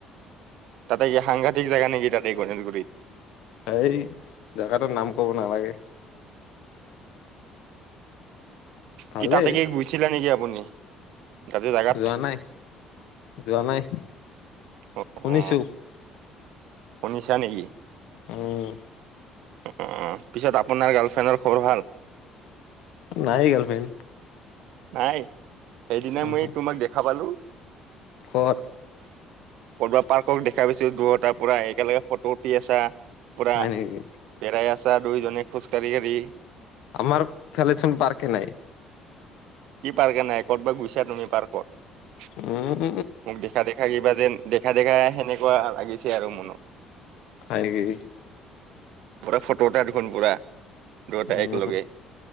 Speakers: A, on the right; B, on the left.
A: তাতে কি সাংঘাতিক জেগা নেকি তাতে এই গণেশগুৰিত।
B: সেই জাগাটোৰ নাম কব নালাগে। ভালেই
A: কি তাতে কি গৈছিলে নেকি আপুনি? তাতে জাগাত
B: যোৱা নাই যোৱা নাই।
A: অ
B: শুনিছো।
A: অ শুনিছা নেকি?
B: উম।
A: অ পিছত আপোনাৰ গাৰ্লফ্ৰেণ্ডৰ খবৰ ভাল?
B: নাই গাৰ্লফ্ৰেণ্ড
A: নাই সেইদিনা
B: উহু
A: মই মই তোমাক দেখা পালো।
B: ক'ত?
A: কৰ'বা পাৰ্কক দেখাই পাইছো দুটাৰ পৰাই একেলগে ফটো উঠি আছা। পুৰা
B: হয় নেকি
A: পেৰাই আছা দুইজনে খোজ কাঢ়ি কাঢ়ি
B: আমাৰ ফেলে চোন পাৰ্ক নাই।
A: কি পাৰ্ক এ নাই ক'ত বা গুছা তুমি পাৰ্কত
B: উম
A: মোক দেখা দেখা কিবা যেন দেখা দেখা সেনেকে কোৱা লাগিছে আৰু মনত
B: হয় নেকি?
A: পুৰা ফটো এটা দেখোন পুৰা দুটাই
B: উম
A: একে লগে